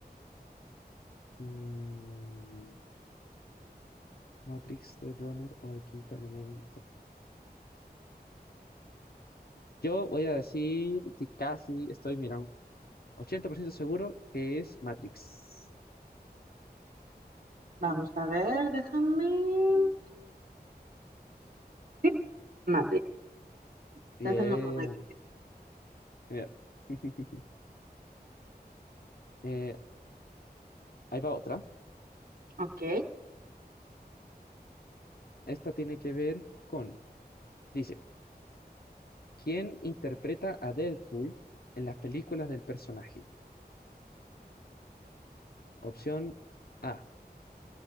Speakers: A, on the left; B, on the right.
A: Mm, Matrix, The Runner o El Quinto Elemento. Yo voy a decir, estoy casi, estoy mirando Ochenta por ciento seguro que es Matrix.
B: Vamos a ver, déjame. Sí, Matrix. Estás
A: Bien,
B: en lo correcto.
A: genial. <laughs> Eh, ahí va otra.
B: Ok.
A: Esta tiene que ver con, dice, ¿quién interpreta a Deadpool en las películas del personaje? Opción A,